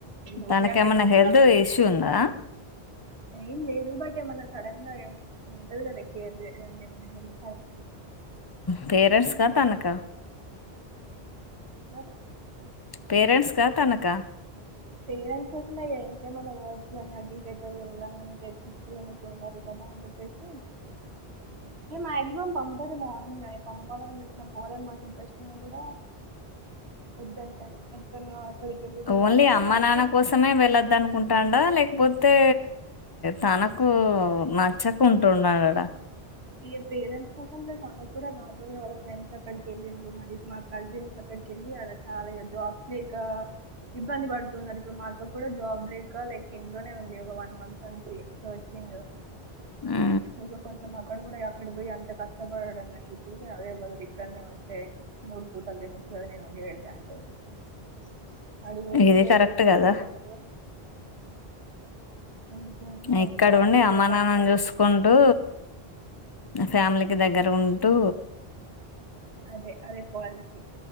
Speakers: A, on the right; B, on the left.
A: నువ్వే
B: తనకేమన్నా
A: అక్కడికంత
B: హెల్త్ ఇష్యూ ఉందా
A: ఏం లేదు బట్ ఏమనా సడన్ గా ఉంటది కదా కేర్ అంటే ఏమన్నా హెల్ప్
B: పేరెంట్స్ క తనక
A: మర్
B: పేరెంట్స్కా తనకా
A: పేరెంట్స్ కోసమే ఇగ ఇంట్లో ఏమన్నా వర్క్స్ గానీ ఏవి <unintelligible> ఉండాలి గా బాయ్ చెప్పేసి
B: <inaudible>
A: ఇగ మాక్సిమం పంపదు మా మమ్మీ పంపదని చెప్పిన పోలేని మాకు ఇంట్రెస్ట్ంగ్ కూడా వద్దంటది ఎక్కడనో అక్కడికి కెళ్ళి ఇక
B: ఓన్లీ
A: నార్మల్ గా
B: అమ్మ
A: మా అక్క
B: నాన్న
A: వెళ్ళింది
B: కోసమే వెళ్లొద్ద అనుకుంటాడా లేకపోతే తే తనకు నచ్చకుంటున్నాడడ
A: ఈ పేరెంట్స్ కోసం ప్లేస్ అన్న కూడా నార్మల్గా వాళ్ళ ఫ్రెండ్స్ అక్కడికి వెళ్ళిం మరి మా కజిన్స్ అక్కడ ళ్లి అద చాల జాబ్ లేక ఇబ్బంది పడుతున్నారు ఇప్పుడు మాకుప్పు జాబ్ లేక లైక్ ఇంట్లోనే ఉంది ఒక వన్ మంత్ నుంచి సర్చింగ్
B: ఉ
A: ఇక కొంచెం అక్కడ కూడా అక్కడ పోయి అంత కష్టపడడం ఎందుకు అదే బదులు ఇక్కడనే ఉంటే మూడు పూటలు తినచ్చ కదా నేను వండి పెడతాంటే
B: <inaudible>
A: అడుపోతే
B: ఇది
A: మీడి
B: కరెక్ట్
A: వొండుకోరు
B: కదా
A: తినరు వండుకోరు సరిగ్గా
B: ఇక్కడ ఉండి
A: ఏదో
B: అమ్మానాన్న
A: పచ్చడి
B: ను చూసుకుంటూ
A: చేసుకో
B: నా ఫ్యామిలీకి దగ్గర ఉంటూ
A: అదే అదే పాలసీ